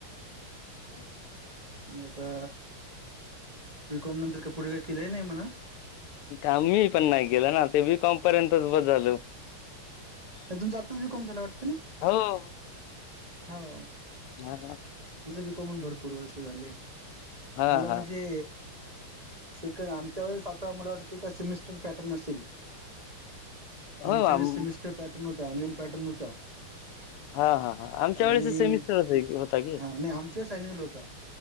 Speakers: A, on the left (about 90°); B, on the right (about 20°).
A: हो.
B: आणि आता बिकॉम नंतर का पुढे काही केलंही नाही म्हणा.
A: तमी पण नाही गेल ना ते बीकॉम पर्यंतच ब झालं.
B: तुमचं आत्ताच बी कॉम झालंय वाटतं ना?
A: हो.
B: हो.
A: हा.
B: माझं बी कॉम भरपूर वर्ष झाले
A: हां,
B: मला म्हणजे
A: हां.
B: सेकंड आमच्या वेळेस आता मला वाटते का सेमेस्टर पॅटर्न असेल.
A: हो
B: आमच्या
A: आम
B: वे सेमिस्टर पॅटर्न होता अन्युअल पॅटर्न होता.
A: हा हा हा आमच्या
B: आणि
A: वेळेस सेमिस्टरच होता कि.
B: हा आमच्या स अन्युल होता.